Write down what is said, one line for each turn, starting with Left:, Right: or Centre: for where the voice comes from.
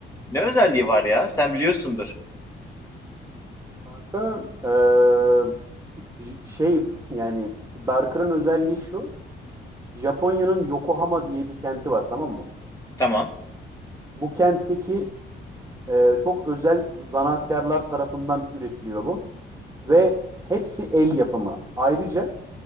Left: Ne özelliği var ya? Sen biliyorsundur.
Right: Kanka, eee, j- şey yani Darker'ın özelliği şu. Japonya'nın Yokohama diye bir kenti var tamam mı?
Left: Tamam.
Right: Bu kentteki Ee, çok özel zanaatkarlar tarafından üretiliyor bu. Ve hepsi el yapımı. Ayrıca